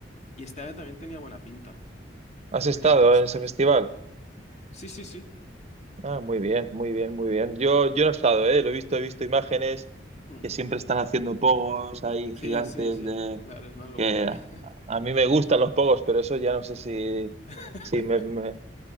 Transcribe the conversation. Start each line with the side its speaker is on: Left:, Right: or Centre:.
Left: Y este año también tenía buena pinta.
Right: ¿Has
Left: Creo
Right: estado
Left: que venía Judas
Right: en
Left: Priest.
Right: ese festival?
Left: Sí, sí, sí.
Right: Ah, muy bien, muy bien, muy bien. Yo, yo no he estado, ¿eh? Lo he visto, he visto imágenes
Left: Mm.
Right: que siempre están haciendo pogos, hay
Left: Sí,
Right: gigantes
Left: sí, sí.
Right: de...
Left: Claro, es una locura.
Right: que
Left: eh.
Right: a mí me gustan los pogos, pero eso ya no sé si,
Left: <laughs>
Right: si me, me-